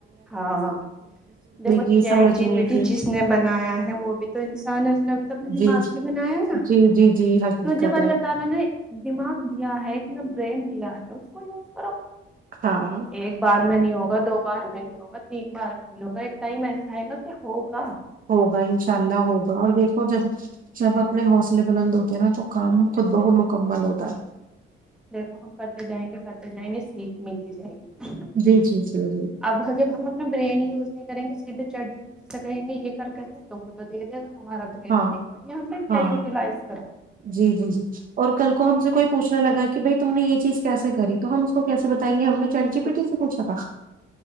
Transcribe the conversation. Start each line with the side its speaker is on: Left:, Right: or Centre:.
Centre: ہاں دیکھر و
Right: کی
Centre: چیٹ
Right: سمجھنے
Centre: جی بیٹی
Right: کی
Centre: جس نے بنایا ہے وہ بھی انسان اس نے ابھی تک اپنے
Right: جی
Centre: دماغ سے بنایا نا
Right: جی جی جی حقیقت
Centre: تو جب اللہ
Right: ہے
Centre: تعالی نے دماغ دیا ہے ایک میں برین کیا ہے اس کو یوز کرو
Right: ہاں
Centre: ایک بار میں نہیں ہوگا دو بار میں ہوگا تین بار میں نہیں ہوگا ایک ائم ایسااہ گا کہ ہوگا
Right: ہوگا انشاء اللہ ہوگا اور دیکھو جب جب اپنے حوصلے بلند ہوتے ہیں نا تو کام خود بہت مکمل ہوتا ہے
Centre: دیکھو ہم کرتے جائیں گے کرتے جائیں گے سیکھ ملتی جائے گی کچھ نہ کچھ
Right: جی جی جی جی
Centre: اب جب ہم اپنا بریانی یوز نہیں کریں گے سیدھے چٹ جی ب سے کہیں گے یہ کر کے د ت وہ تو دے دے گا ہمارا برین
Right: ہاں
Centre: نہیں کریں گے ہم نے کیا
Right: ہاں
Centre: یوٹیلائز کرا
Right: جی جی جی اور کل کو ہم سب کو پوچھنا لگا کہ بھائی تم نے یہ چیز کیسے کری تو ہم اس کو کیسے بتائیں گے ہم نے چٹ جی پٹن سے پوچھا تھا